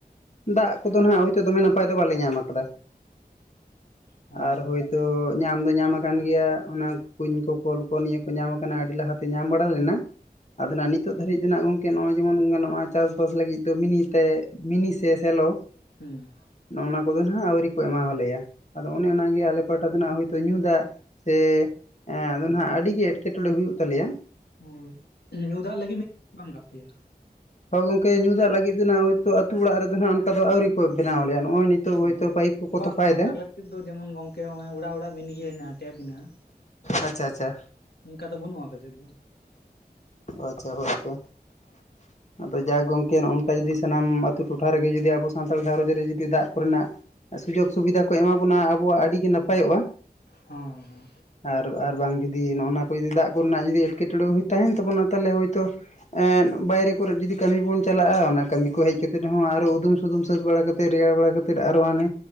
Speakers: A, on the left; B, on the left.
A: ᱫᱟᱜ ᱠᱚᱫᱚ ᱱᱷᱟᱜ ᱦᱳᱭ ᱛᱳ, ᱫᱚᱢᱮ, ᱱᱟᱯᱟᱭ ᱫᱚ, ᱵᱟᱞᱮ ᱧᱟᱢ ᱟᱠᱟᱫᱟ ᱾
B: ᱚ
A: ᱟᱨ, ᱦᱳᱭ ᱛᱳ ᱧᱟᱢ ᱫᱚ, ᱧᱟᱢ ᱟᱠᱟᱱ ᱜᱮᱭᱟ, ᱚᱱᱟ ᱠᱩᱧ ᱠᱚ, ᱠᱚᱞ ᱠᱚ, ᱱᱤᱭᱟᱹ ᱠᱚ, ᱧᱟᱢ ᱟᱠᱟᱱᱟ ᱾ ᱟᱹᱰᱤ ᱞᱟᱦᱟ ᱛᱮ, ᱧᱟᱢ ᱵᱟᱲᱟ ᱞᱮᱱᱟ ᱾ ᱟᱫᱚ ᱱᱷᱟᱜ, ᱱᱤᱛᱚᱜ ᱫᱷᱟᱹᱨᱤᱡ ᱛᱮ ᱱᱷᱟᱜ, ᱜᱚᱝ ᱠᱮ, ᱱᱚᱜᱼᱚᱭ ᱡᱮᱢᱚᱱ ᱜᱟᱱᱚᱜᱼᱟ, ᱪᱟᱥ ᱵᱟᱥ ᱞᱟᱹᱜᱤᱫ ᱫᱚ, ᱢᱤᱱᱤ ᱛᱮ, ᱢᱤᱱᱤ ᱥᱮ ᱥᱮᱞᱚ
B: ᱩᱸᱻ᱾
A: ᱱᱚᱜᱼ ᱱᱚᱣᱟ ᱠᱚᱫᱚ ᱦᱟᱸᱜ, ᱟᱹᱣᱨᱤ ᱠᱚ ᱮᱢᱟᱣᱟ ᱞᱮᱭᱟ ᱾ ᱟᱫᱚ ᱚᱱᱮ, ᱚᱱᱟ ᱟᱞᱮ ᱯᱟᱦᱴᱟ ᱫᱚ ᱱᱷᱟᱜ, ᱦᱚᱭ ᱛᱚ, ᱧᱩ ᱫᱟᱜ, ᱮᱻ ᱮᱸ, ᱟᱫᱚ
B: ᱦᱩᱸ
A: ᱱᱷᱟᱜ ᱟᱹᱰᱤ ᱜᱮ, ᱮᱴᱠᱮᱴᱚᱬᱮ ᱦᱩᱭᱩᱜ, ᱛᱟᱞᱮᱭᱟ ᱾
B: ᱦᱳᱭ <inaudible> ᱧᱩ ᱫᱟᱜ ᱞᱟᱹᱜᱤᱫ ᱢᱤᱫ <inaudible> ᱵᱟᱢ ᱜᱟᱛᱮᱭᱟ ᱾
A: ᱦᱳ ᱜᱚᱝᱠᱮ, ᱧᱩ ᱫᱟᱜ ᱞᱟᱹᱜᱤᱫ ᱫᱚ ᱱᱷᱟᱜ, ᱦᱚᱭ ᱛᱚ, ᱟ. ᱛᱩ ᱚᱲᱟᱜ ᱨᱮᱫᱚ ᱱᱷᱟᱜ, ᱚᱱᱠᱟ ᱫᱚ ᱟᱹᱣᱨᱤ ᱠᱚ, ᱵᱮᱱᱟᱣ ᱟᱞᱮᱭᱟ, ᱱᱚᱜᱼᱚᱭ ᱱᱤᱛ ᱾ ᱛᱚ,
B: ᱚ
A: ᱦᱳᱭ ᱛᱳ, ᱯᱟᱭᱤᱯ ᱠᱚᱠᱚ,
B: ᱵᱟᱝ
A: ᱛᱚᱯᱟᱭ
B: ᱵᱟᱝ
A: ᱮᱫᱟ
B: ᱟᱞᱮ
A: ᱾
B: ᱫᱚ ᱡᱮᱢᱚᱱ ᱜᱚᱝᱠᱮ ᱚᱲᱟᱜ ᱚᱲᱟᱜ <unintelligible> ᱤᱭᱟᱹ ᱦᱮᱱᱟᱜᱼᱟ ᱴᱮᱯ ᱦᱮᱱᱟᱜᱼᱟ᱾
A: ᱟᱪᱪᱷᱟ ᱟᱪᱪᱷᱟ
B: ᱚᱱᱠᱟ ᱫᱚ ᱵᱟᱹᱱᱩᱜᱼᱟ ᱟᱯᱮ ᱥᱮᱫ ᱫᱚ?
A: ᱟᱪᱪᱷᱟ ᱦᱳᱭ ᱛᱚ᱾ ᱟᱫᱚ ᱡᱟᱠ ᱜᱚᱝᱠᱮ ᱱᱚᱜᱼ ᱱᱚᱝᱠᱟ ᱡᱩᱫᱤ ᱥᱟᱱᱟᱢ ᱟᱹᱛᱩ ᱴᱚᱴᱷᱟ ᱨᱮ ᱜᱮ ᱡᱩᱫᱤ ᱟᱵᱚ ᱥᱟᱱᱛᱟᱲ ᱜᱷᱟᱨᱚᱸᱡᱽ ᱨᱮ ᱡᱩᱫᱤ ᱫᱟᱜ ᱠᱚ ᱨᱮᱱᱟᱜ ᱥᱩᱡᱳᱜᱽ ᱥᱩᱵᱤᱫᱷᱟ ᱠᱚ ᱮᱢᱟ ᱵᱚᱱᱟ ᱟᱵᱚᱣᱟᱜ ᱟᱹᱰᱤ ᱜᱮ ᱱᱟᱯᱟᱭᱚᱜᱼᱟ᱾
B: ᱦᱩᱸ ᱦᱩᱸ
A: ᱟᱨ ᱟᱨ ᱵᱟᱝ ᱡᱩᱫᱤ ᱱᱚᱜᱼ ᱱᱚᱣᱟ ᱠᱚ ᱡᱚᱫᱤ ᱫᱟᱜ ᱠᱚᱨᱮ ᱱᱟᱜ ᱡᱩᱫᱤ ᱮᱴᱠᱮᱴᱚᱬᱮ ᱦᱩᱭ ᱛᱟᱦᱮᱱ ᱛᱟᱵᱚᱱᱟ ᱛᱟᱦᱞᱮ ᱦᱚᱭᱛᱳ ᱵᱟᱭᱨᱮ ᱠᱚᱨᱮᱜ ᱡᱩᱫᱤ ᱠᱟᱹᱢᱤ ᱵᱚᱱ ᱪᱟᱞᱟᱜᱼᱟ᱾ ᱚᱱᱟ ᱠᱟᱹᱢᱤ ᱠᱚ ᱦᱮᱡ ᱠᱟᱛᱮ ᱦᱚᱸ ᱟᱨᱚ ᱩᱫᱩᱢ ᱥᱩᱫᱩᱢ ᱥᱟᱹᱛ ᱵᱟᱲᱟ ᱠᱟᱛᱮᱫ ᱨᱮᱭᱟᱲ ᱵᱟᱲᱟ ᱠᱟᱛᱮᱫ ᱟᱨᱚ ᱦᱟᱱᱮ